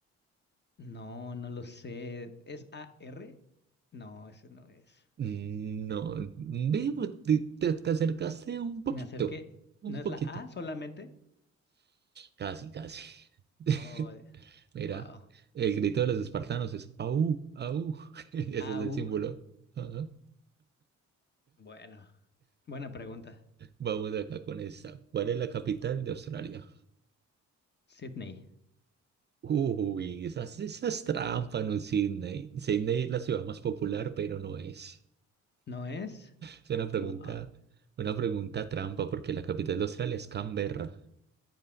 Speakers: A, on the left; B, on the right.
A: no, no lo sé. ¿Es A R, No, ese no es.
B: No, ve, te, te- te acercaste un poquito,
A: Me acerqué.
B: un
A: ¿No es
B: poquito.
A: la A solamente?
B: Casi, casi. <laughs>
A: Oh,
B: Mira,
A: wow.
B: el grito de los espartanos es au, au. <laughs> Ese
A: A
B: es el
A: U.
B: símbolo. Ajá.
A: Bueno, buena pregunta.
B: Vamos acá con esta. ¿Cuál es la capital de Australia?
A: Sydney,
B: Uy, esas, esas trampas, no es Sydney. Sydney es la ciudad más popular, pero no es.
A: ¿no es?
B: Es una pregunta,
A: Wow,
B: una pregunta trampa, porque la capital de Australia es Canberra.